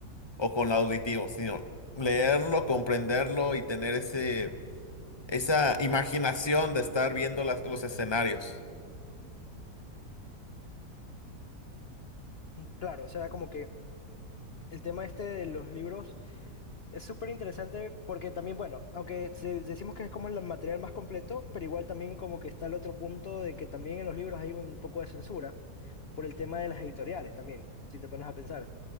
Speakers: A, on the left; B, on the left.
A: o con lo auditivo, sino leerlo, comprenderlo y tener ese esa imaginación de estar viendo las- los escenarios.
B: Claro, o sea, como que el tema este de los libros Es súper interesante porque también, bueno, aunque se- decimos que es como el material más completo, pero igual también como que está el otro punto de que también en los libros hay un poco de censura por el tema de las editoriales también, si te pones a pensar.